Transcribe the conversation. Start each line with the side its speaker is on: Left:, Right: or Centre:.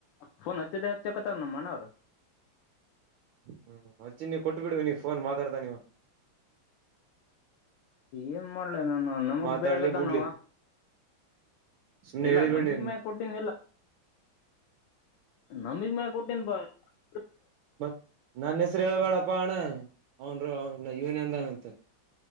Left: ಫೋನ್ ಹಚ್ಚದೇ ಹಚ್ಚಕತ ನಮ್ಮಣವ್ರ
Right: ಹ್ಮ್ ಅಚ್ಚಿ ನೀ ಕೊಟ್ಬಿಡ್ ನೀಗ್ ಫೋನ್ ಮಾತಾಡ್ತಾ ಇವಾ
Left: ಏನ್ ಮಾಡ್ಲ ನಾನ ನಮಗ್
Right: ಮಾತಾಡ್ಲಿ
Left: ಬೈಯಾಕ ಹತ್ಯಾನ
Right: ಬಿಡ್ಲಿ
Left: ಅವಾ
Right: ಸುಮ್ನೆ
Left: ಇಲ್ಲ
Right: ಹೇಳಿಬಿಡಿ
Left: ನಂಬಿಕೆ ಮ್ಯಾಗ ಕೊಟ್ಟನಿ ಇಲ್ಲ ನಂಬ <unintelligible>
Right: ಮತ್ತ್ ನನ್ನ ಹೆಸರು ಹೇಳಳ್ಬೇಡಪ್ಪ ಅಣ್ಣ ಅವ್ನ್ ಅವ್ನ್ ಇವನ ಅಂದಾನ್ಂತ